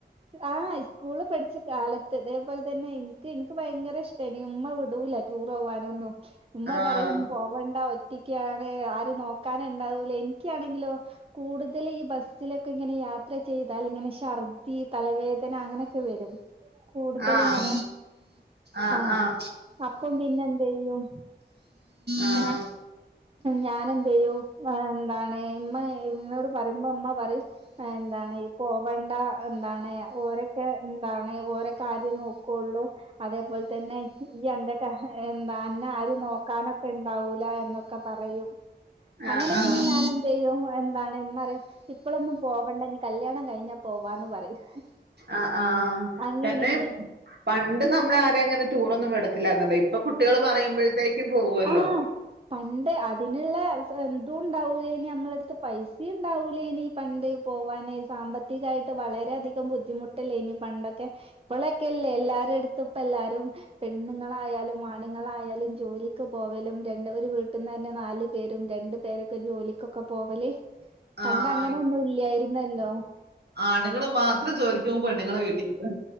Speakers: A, on the right (about 35°); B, on the right (about 70°).
A: ആഹ സ്കൂള് പഠിച്ച കാലത്ത് അതേപോലെ തന്നെ എനിക്ക് എനിക്ക് ഭയങ്കര ഇഷ്ട ഇനി ഉമ്മ വിടൂല ടൂർ പോവാനൊന്നും ഉമ്മ
B: ആഹ്
A: പറയും പോവണ്ട ഒറ്റക്കാണ് ആരും നോക്കാനുണ്ടാവണ്ടാവൂല എനിക്കാണെങ്കിലോ കൂടുതൽ ഈ ബസിലോക്കിങ്ങനെ ഈ ബസ്സിലൊക്കെ ഇങ്ങനെ യാത്ര ചെയ്താൽ ഇങ്ങന ത്തി തലവേദന അങ്ങനെയൊക്കെ വരും കൂടുതൽ
B: ആഹ
A: ഇങ്ങനെ
B: ആഹ
A: ആഹ്
B: ആഹ
A: അപ്പം പിന്നെന്ത ചെയ്യും
B: ആഹ്
A: ആ ഞാൻെന്ത് ചെയ്യും എന്താണ് ഇമ്മ ഇോട് പറയുമ്പോ അമ്മ പറയും എന്താണ് ഈ പോവണ്ട എന്താണ് ഓരൊക്കെ എന്താ അ ഓരോ കാര്യം നോക്കയുള്ളൂ അതേപോലെ തന്നെ ഈ എൻന്റെ എന്താ അന്നെ ആരും നോക്കാനൊക്കെ ഉണ്ടാവൂല എന്നൊക്കെ പറയും
B: ആഹ്
A: അങ്ങനെ
B: ആഹ്
A: പിന്നെ ഞാൻ എന്ത് ചെയ്യും എന്താണ് ഇപ്പഴൊന്നും പോവണ്ട കല്യാണം കഴിഞ്ഞാ പോവാന്ന് പറയും
B: ആഹ് ആഹ്
A: അങ്ങനെനി
B: പിന്നെ പണ്ട് നമ്മള ആരെയും അങ്ങനെ ടൂറൊന്നും വിടത്തില്ലാരുന്നല്ലോ ഇപ്പൊ കുട്ടികള് പറയുമ്പഴ്ത്തേക്കും പോകുല്ലോ
A: ആഹ് പണ്ട് അതിനുള്ള ഇതും ഉണ്ടാവൂല്ലേനി നമ്മളടുത്ത് പൈസ ഇണ്ടാവൂലേനി പണ്ട് പോവാന് സാമ്പ വകായിട്ട് വളരെെയധികം ബുദ്ധിമുട്ടല്ലേ ഇനി പണ്ടൊക്കെ ഇപ്പോളൊക്കെല്ലേ എല്ലാരുടുത്തും ഇപ്പ എല്ലാരും പെണ്ണുങ്ങളായാലും ആണുങ്ങളായാലും ജോലി പോവലും രണ്ട് ഒരു വീട്ടിൽന്ന് തന്നെ നാല് പേരും രണ്ടു പേരൊക്കെ ജോലിക്കൊക്കെ പോവല് പണ്ട്
B: ആഹ്
A: അങ്ങനെ ഒന്നും ഇല്ലായിരുന്നല്ലോ
B: ആണുങ്ങള് മാത്രം ജോലിക്ക് പോം പെണ്ണുങ്ങള് വീട്ടി ഇരിക്കും